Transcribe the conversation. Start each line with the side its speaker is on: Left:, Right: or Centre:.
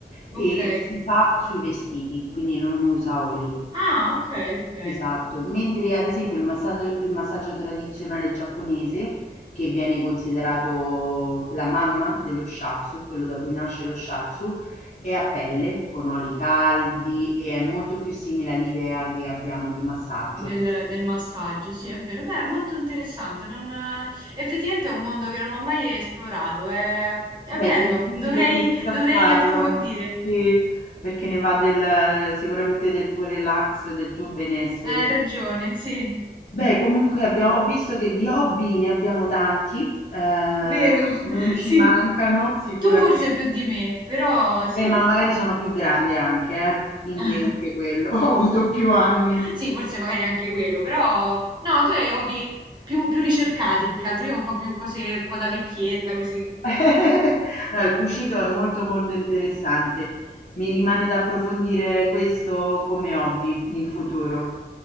Left: e
Right: ok.
Left: si fa sui vestiti, quindi non usa oli.
Right: Ah, ok, ok.
Left: Esatto, mentre ad esempio il massaggio, il massaggio tradizionale giapponese, che viene considerato la mamma dello shiatsu, quello da cui nasce lo shiatsu, è a pelle, con oli caldi e è molto più simile all'idea che abbiamo di massaggio.
Right: Del, del massaggio, sì, è vero. Beh, è molto interessante. non, eh, Effettivamente è un mondo che non ho mai esplorato. È, è bello,
Left: Beh, ti invito,
Right: dovrei,
Left: ti invito
Right: dovrei
Left: a farlo,
Right: approfondire.
Left: sì, perché ne va del, sicuramente del tuo relax, del tuo benessere.
Right: Hai ragione, sì,
Left: Beh, comunque abbia ho visto che di hobby ne abbiamo tanti, eh,
Right: vero, <laughs>
Left: non ci
Right: sì.
Left: mancano sicuramente,
Right: Tu forse più di me, però sì.
Left: Eh, ma magari sono più grande anche, eh, quindi
Right: <laughs>
Left: anche quello, <laughs> ho avuto più anni.
Right: Sì, forse magari anche quello, però no, tu hai hobby più, più ricercati più che altro, io ho un po' più cose un po' da vecchietta così.
Left: <laughs> No, il cucito è molto molto interessante, mi rimane da approfondire questo come hobby in futuro.